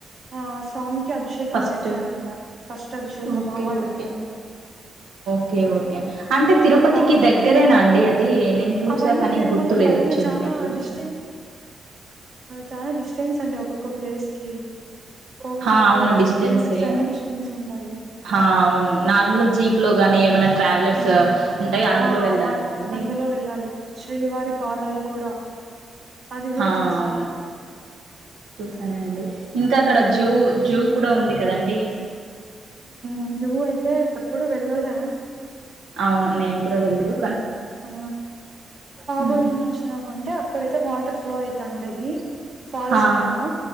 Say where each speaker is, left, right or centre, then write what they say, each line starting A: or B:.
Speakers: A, on the right; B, on the right.
A: ఆ స్వామి కీ అభిషేకం
B: ఫస్ట్
A: చేస్తారంట ఫస్ట్ అభిషేకం
B: ఓకే
A: ఆ వాటర్
B: ఓకే
A: తోనే
B: ఓకే ఓకే అంటే
A: ఇంకా
B: తిరుపతికి
A: పా
B: దగ్గరేనా అండి అది నేను చూసా
A: అవన్నీ
B: కానీ
A: తిరుమల
B: గుర్తులేదు
A: పైన
B: చిన్న
A: చనా
B: ఎప్పుడో చూసాను
A: డిస్టెన్స్ చానా డిస్ ఫ్రెన్స్ అండి ఒక్కొక్క ప్లేస్ కి ఒక
B: హా
A: ఫైవ్
B: అవును
A: సిక్స్
B: డిస్టెన్సే
A: కిలోమీటర్స్ అయినా డిస్టెన్స్ ఉంటాయి
B: అవును నార్మల్గా జీప్ లో గాని ఏమైనా ట్రావెలర్స్
A: హ్మ్
B: ఉంటాయి అందులో
A: ఆ
B: వెళ్ళాలి కదండి
A: అందులో వెళ్ళాలి శ్రీవారి పాదాలు కూడా అది
B: హా
A: కూడా చూసా
B: అవును చూసానండి ఇంకా అక్కడ
A: హ్మ్
B: జూ జూ కూడా ఉంది కదండి
A: ఉహ్ జు అయితే ఎప్పుడు వెళ్ళాలె
B: అవును నేను కూడా వెళ్ళేదు
A: ఆ పాప
B: హ్మ్.
A: వినాశనం అంటే అక్కడయితే వాటర్ ఫ్లో అయిత ఉంటయి ఫాల్స్
B: హా
A: లాగా